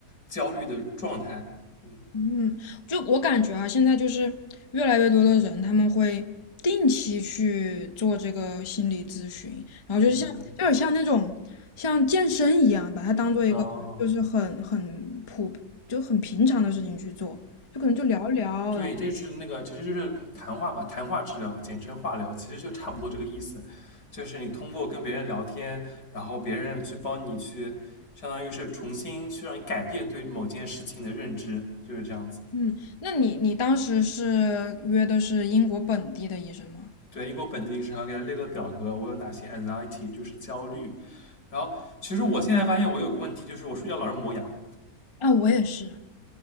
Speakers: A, on the left; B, on the left.
A: 焦虑的状态。嗯
B: 嗯，就我感觉啊，现在就是越来越多的人，他们会定期去做这个心理咨询，然后就是像，
A: 嗯
B: 有点像那种像健身一样，把它当做一个就是很很普就很平常的事情去做，
A: 嗯，哦
B: 就可能就聊一聊，
A: 对，
B: 然后
A: 这是那个，其实就是谈话嘛，谈话治疗，简称话疗，其实就差不多这个意思。就是你通过跟别人聊天，然后别人去帮你去，相当于是重新去让你改变对某件事情的认知，就是这样子。
B: 嗯，那你你当时是约的是英国本地的医生吗？
A: 对，因为我本地医生还给他列了表格，我有哪些 anxiety，就是焦虑。然后其实我现在发现我有个问题，就是我睡觉老是磨牙，
B: 啊，我也是，